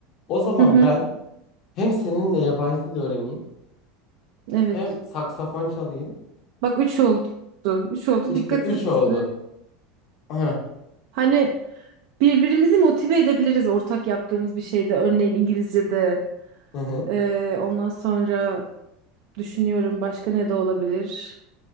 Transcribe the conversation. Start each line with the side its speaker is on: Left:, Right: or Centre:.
Left: O zaman
Right: Hı hı,
Left: ben hem seninle yabancı dil öğreneyim
Right: evet.
Left: Hem saksafon çalayım.
Right: Bak üç oldu. Üç oldu.
Left: İşte
Right: Dikkat
Left: üç
Right: et.
Left: oldu. Hı hı
Right: Hani birbirimizi motive edebiliriz ortak yaptığımız bir şeyde. Örneğin İngilizce'de.
Left: hı
Right: Ee, ondan sonra düşünüyorum başka ne de olabilir.